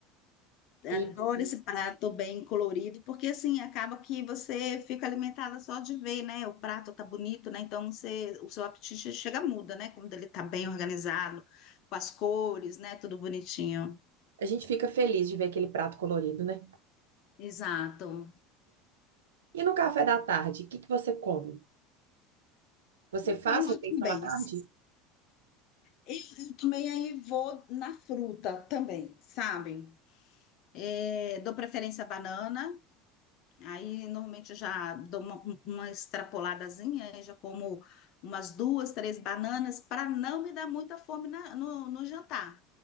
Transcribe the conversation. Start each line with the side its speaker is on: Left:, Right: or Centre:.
Left: Adoro
Right: E
Left: esse prato bem colorido, porque assim acaba que você fica alimentada só de ver, né? O prato tá bonito, né? Então você, o seu apetite chega muda, né? Quando ele tá bem organizado, com as cores, né? Tudo bonitinho.
Right: a gente fica feliz de ver aquele prato colorido, né?
Left: Exato.
Right: E no café da tarde, o que que você come? Você faz
Left: Tarde
Right: refeição
Left: também.
Right: à tarde?
Left: Eu, eu também aí vou na fruta também, sabe? É, dou preferência à banana, aí normalmente eu já dou uma, um, uma extrapoladazinha, aí já como umas duas, três bananas para não me dar muita fome na- no, no jantar,